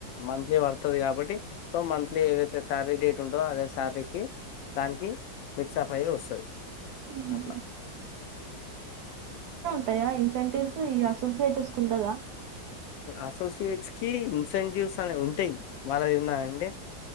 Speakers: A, on the left; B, on the right.
A: మంత్లీ పడుతుంది కాబట్టి సో మంత్లీ ఏదైతే శారరీ డేట్ ఉంటుందో అదే శారీకి దానికి మిక్స్ాప్ అయి వస్తుంది
B: హ్మ్.
A: అట్లా
B: యా ఇన్సెంటివ్స్ ఈ అసోసియేటివ్స్ కు ఉండదా
A: అసోసియేట్స్కిి ఇన్సెంటివ్స్ అనేవి ఉంటాయి వాళ్ళ ఏన్నా అంటే